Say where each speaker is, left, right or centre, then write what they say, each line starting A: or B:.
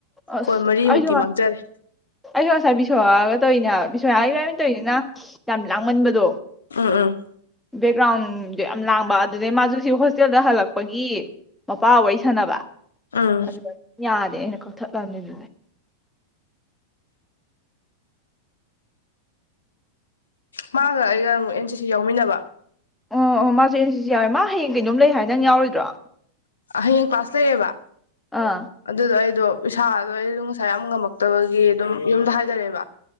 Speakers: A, in the centre; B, on the left.
A: ꯑꯁ
B: ꯀꯣꯜ ꯃꯔꯤꯃꯨꯛꯇꯤ
A: ꯑꯩꯁꯨ ꯑ
B: ꯃꯥꯡꯖꯔꯦ
A: ꯑꯩꯁꯨ ꯉꯁꯥꯏ ꯕꯤꯁꯣꯔꯥꯒ ꯇꯧꯔꯤꯅꯦꯕ ꯕꯤꯁꯣꯔꯥꯏ ꯏꯕꯥꯅꯤꯅ ꯇꯧꯔꯤꯖꯤꯅ ꯌꯥꯝ ꯂꯥꯡꯃꯟꯕꯗꯣ
B: ꯎꯝ ꯎꯝ
A: ꯕꯦꯛꯒ꯭ꯔꯥꯎꯟꯗꯣ ꯌꯥꯝ ꯂꯥꯡꯕ ꯑꯗꯨꯗꯩ ꯃꯥꯁꯨ ꯁꯤ ꯍꯣꯁꯇꯦꯜꯗ ꯍꯜꯂꯛꯄꯒꯤ ꯃꯄꯥ ꯋꯥꯔꯤ ꯁꯥꯟꯅꯕ
B: ꯎꯝ
A: ꯑꯗꯨ ꯌꯥꯗꯦ ꯑꯩꯅ ꯀꯛꯊꯠ ꯂꯝꯅꯦ ꯑꯗꯨꯗꯩ
B: ꯃꯥꯒ ꯑꯩꯒ ꯑꯃꯨꯛ ꯑꯦꯟ ꯁꯤꯁꯤ ꯌꯥꯎꯃꯤꯟꯅꯕ
A: ꯑꯣ ꯑꯣ ꯃꯥꯁꯦ ꯑꯦꯟ ꯁꯤꯁꯤ ꯌꯥꯎꯋꯦ ꯃꯥ ꯍꯌꯦꯡ ꯀꯩꯅꯣꯝ ꯂꯩ ꯍꯥꯏ ꯅꯪ ꯌꯥꯎꯔꯣꯏꯗ꯭ꯔꯣ
B: ꯍꯌꯦꯡ ꯀ꯭ꯥꯂꯁ ꯂꯩꯌꯦꯕ
A: ꯑꯥ
B: ꯑꯗꯨꯗꯣ ꯑꯗꯣ ꯏꯁꯥꯗꯣ ꯑꯩꯗꯣ ꯉꯁꯥꯏ ꯌꯥꯝ ꯉꯝꯃꯛꯇꯕꯒꯤ ꯑꯗꯨꯝ ꯌꯨꯝꯗ ꯍꯥꯏꯗꯔꯦꯕ